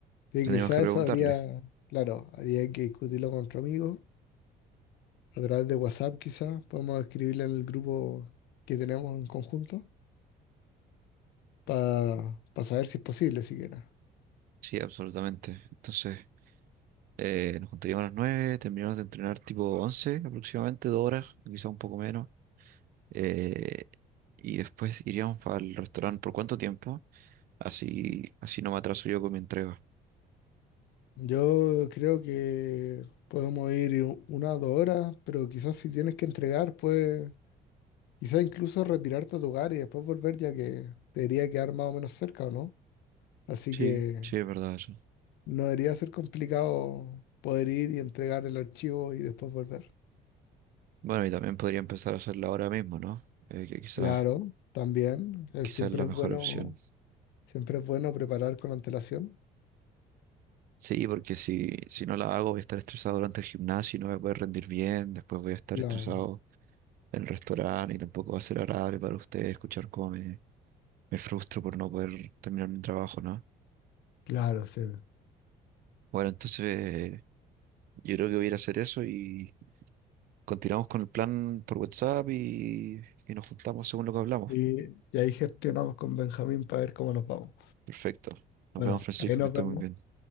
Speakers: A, on the left (about 85°); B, on the right (about 60°).
A: Y
B: Tendríamos
A: quizás
B: que preguntarle.
A: eso habría, claro, habría que discutirlo con nuestro amigo a través de WhatsApp, quizás podemos escribirle en el grupo que tenemos en conjunto para saber si es posible siquiera.
B: Sí, absolutamente. Entonces... eh, nos juntaríamos a las 9, terminamos de entrenar tipo 11 aproximadamente, dos horas, quizá un poco menos eh, y después iríamos al restaurante. ¿Por cuánto tiempo? Así, así no me atraso yo con mi entrega.
A: Yo creo que podemos ir u- una o dos horas, pero quizás si tienes que entregar, pues quizás incluso retirarte a tu hogar y después volver, ya que debería quedar más o menos cerca, ¿o no? Así
B: Sí,
A: que
B: sí, es verdad eso.
A: no debería ser complicado poder ir y entregar el archivo y después volver.
B: Bueno, y también podría empezar a hacerla ahora mismo, ¿no? Eh, que quizás,
A: Claro, también, eh,
B: quizás
A: siempre
B: es la mejor
A: es bueno,
B: opción.
A: siempre es bueno preparar con antelación.
B: Sí, porque si, si no la hago voy a estar estresado durante el gimnasio y no voy a poder rendir bien, después voy a estar
A: Claro,
B: estresado en el restaurante y tampoco va a ser agradable para ustedes escuchar cómo me, me frustro por no poder terminar mi trabajo, ¿no?
A: claro, sí.
B: Bueno, entonces yo creo que voy a ir a hacer eso y Continuamos con el plan por WhatsApp y, y nos juntamos según lo que hablamos.
A: Y, y ahí gestionamos con Benjamín para ver cómo nos vamos.
B: Perfecto. Nos
A: Bueno,
B: vemos, Francisco,
A: ahí nos
B: que esté
A: vemos.
B: muy bien.